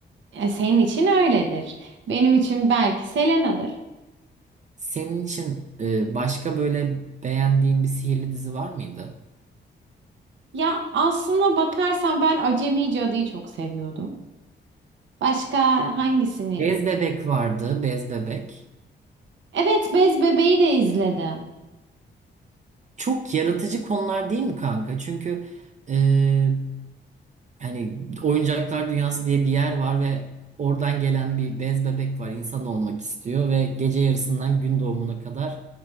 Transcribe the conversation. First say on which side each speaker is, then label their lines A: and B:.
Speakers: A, on the right (about 80°); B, on the right (about 40°).
A: E, senin için öyledir. Benim için belki Selena'dır.
B: Senin için e, başka böyle beğendiğin bir sihirli dizi var mıydı?
A: Ya aslında bakarsan ben Acemi Cadı'yı çok seviyordum. Başka hangisini?
B: Bez
A: iz-
B: bebek vardı, bez bebek.
A: Evet, Bez Bebeği de izledim.
B: Çok yaratıcı konular değil mi kanka? Çünkü e, hani oyuncaklar dünyası diye bir yer var ve oradan gelen bir bez bebek var. İnsan olmak istiyor ve gece yarısından gün doğumuna kadar